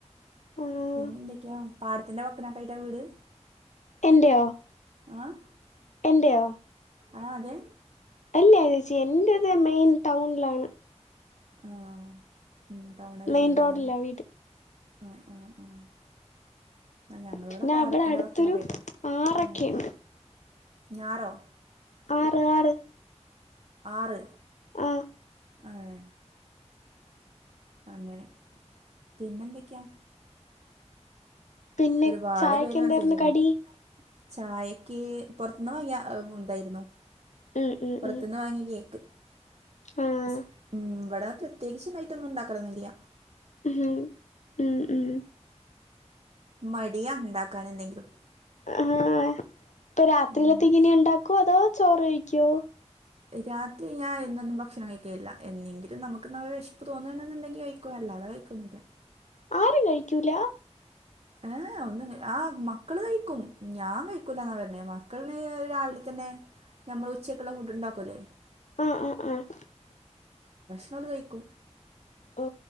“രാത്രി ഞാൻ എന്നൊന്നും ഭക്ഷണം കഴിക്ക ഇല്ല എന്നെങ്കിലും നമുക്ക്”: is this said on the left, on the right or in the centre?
Right